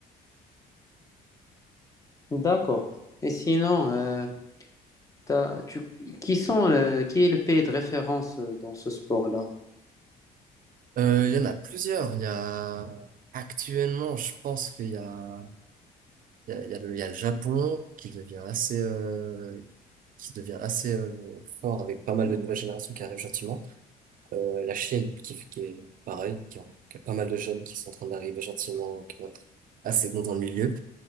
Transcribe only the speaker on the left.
D'accord. Et sinon, euh, t'as- tu, qui sont le- qui est le pays de référence euh, dans ce sport-là?